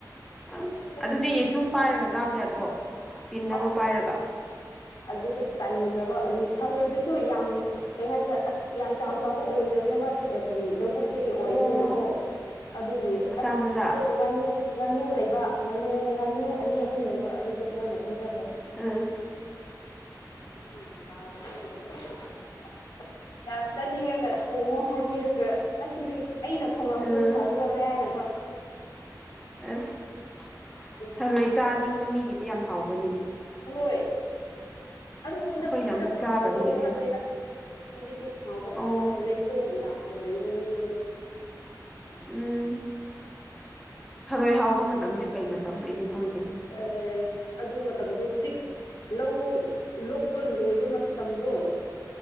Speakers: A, in the centre; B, on the left (about 80°).
A: ꯑ
B: ꯅꯣꯛꯄꯁꯤꯗꯤ
A: ꯑꯗꯨꯗꯤ ꯌꯦꯇꯨꯝ ꯄꯥꯏꯔꯒ ꯆꯥꯕ ꯌꯥꯗ꯭ꯔꯣ ꯄꯤꯟ
B: ꯑꯁ
A: ꯑꯃ ꯄꯥꯏꯔꯒ
B: ꯑꯗꯨꯁꯨ ꯇꯟꯈ꯭ꯔꯕ ꯊꯔꯣꯏꯗꯨꯁꯨ ꯁꯨ ꯌꯥꯝ ꯀꯩ ꯍꯥꯏꯁꯤꯔꯦ ꯌꯥꯝ ꯆꯥꯎ ꯆꯥꯎꯕ ꯑꯣꯏꯗꯕꯅꯤꯕ ꯀꯔꯤ ꯂꯧꯕꯨꯛ ꯇꯒꯤ ꯑꯣꯏꯕꯅꯤꯅꯀꯣ
A: ꯑꯣ
B: ꯑꯗꯨꯒꯤ
A: ꯃꯆꯥ
B: ꯑꯁ ꯑꯩꯈꯣꯏ
A: ꯃꯆꯥ
B: ꯉꯥꯅꯨ ꯉꯥꯅꯨ ꯂꯩꯕ ꯉꯥꯅꯨ ꯉꯥꯅꯨ ꯑꯅꯤ ꯑꯍꯨꯝ ꯂꯩꯕ ꯑꯗꯨꯗ ꯂꯣꯏꯅ ꯄꯤꯖꯈ꯭ꯔꯦ
A: ꯑꯥ
B: ꯌꯨꯝ ꯍꯥꯟꯅ ꯁꯥꯍꯧꯕꯒꯤ ꯑꯩ ꯌꯥꯝ ꯆꯠꯅꯤꯡꯉꯒ ꯊꯣꯡꯉꯣ ꯍꯥꯏꯕꯤꯔꯒ ꯑꯁꯤꯗꯤ ꯑꯩꯅ ꯊꯣꯡꯂ ꯑꯃꯁꯨ
A: ꯎꯝ
B: ꯐꯒꯗꯕꯅ‌ꯦ ꯍꯥꯏꯅꯀꯣ
A: ꯑꯁ
B: ꯕꯤꯔꯥꯅꯤ
A: ꯊꯔꯣꯏ ꯆꯥꯅꯤꯡꯕ ꯃꯤꯒꯤꯗꯤ ꯌꯥꯝ ꯍꯥꯎꯕꯅꯤꯅꯦ
B: ꯍꯣꯏ ꯑꯗꯨꯕꯨ ꯍꯟꯗꯛꯇꯤ
A: ꯑꯩꯈꯣꯏꯅ
B: ꯈꯔ
A: ꯑꯃꯨꯛ
B: ꯍꯥꯎꯕ
A: ꯆꯥꯗꯕꯒꯤꯅꯦꯕ
B: ꯋꯥꯠꯂꯦꯗ ꯍꯧꯖꯤꯛꯇꯤ ꯍꯥꯎꯕ ꯈꯔ
A: ꯑꯣ
B: ꯋꯥꯠꯂꯦ ꯂꯩ ꯈ‌ꯣꯏ ꯌꯥꯝꯅ ꯂꯩꯌꯦ ꯃꯤꯗ‌ꯣ
A: ꯎꯝ ꯊꯔꯣꯏ ꯍꯥꯎꯕ ꯃꯇꯝꯁꯦ ꯀꯩ ꯃꯇꯝꯅꯣ ꯑꯩꯗꯤ ꯈꯪꯗꯦꯅꯦ
B: ꯑꯦ ꯑꯗꯨ ꯃꯇꯝꯗꯣ ꯍꯨꯖꯤꯛ ꯂꯧ ꯂꯣꯛꯄ ꯂꯣꯏꯕ ꯃꯇꯝꯗꯣ